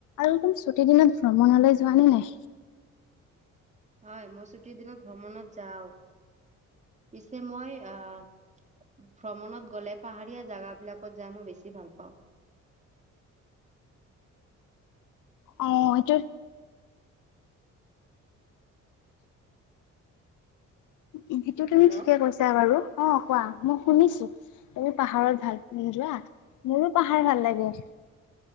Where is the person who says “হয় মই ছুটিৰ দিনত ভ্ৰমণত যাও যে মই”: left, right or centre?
Right